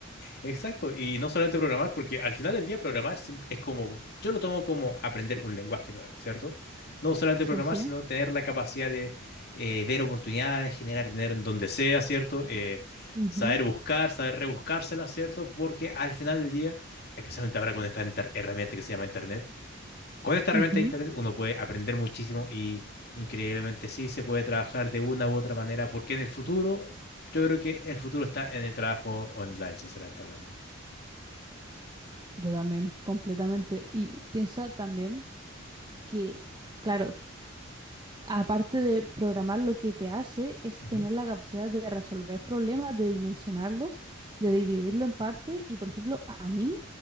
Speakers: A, on the left; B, on the right.
A: Exacto, y no solamente programar, porque al final del día programar sim- es como, yo lo tomo como aprender un lenguaje nuevo, ¿cierto? No solamente
B: Sí,
A: programar,
B: sí.
A: sino tener la capacidad de eh, ver oportunidades, generar dinero en donde sea, ¿cierto? Eh,
B: Ujú,
A: saber buscar, saber rebuscársela, ¿cierto? Porque al final del día, especialmente ahora con esta inter- herramienta que se llama Internet, con esta herramienta
B: ujú.
A: de Internet uno puede aprender muchísimo y increíblemente sí se puede trabajar de una u otra manera, porque en el futuro, yo creo que el futuro está en el trabajo online, sinceramente hablando.
B: Yo también, completamente. Y piensa también. que, claro, aparte de programar, lo que te hace es
A: Ujú,
B: tener la capacidad de resolver problemas, de dimensionarlos, de dividirlo en partes. Y, por ejemplo, a mí,